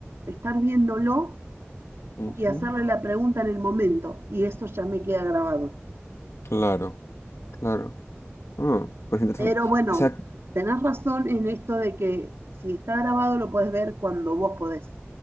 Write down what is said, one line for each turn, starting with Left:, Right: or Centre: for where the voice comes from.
Right: estar viéndolo
Left: Ujú,
Right: y hacerle la pregunta en el momento, y eso ya me queda grabado.
Left: Claro, claro. Ah, pues interesante.
Right: Pero bueno,
Left: O sea,
Right: tenés razón en esto de que si está grabado lo puedes ver cuando vos podés,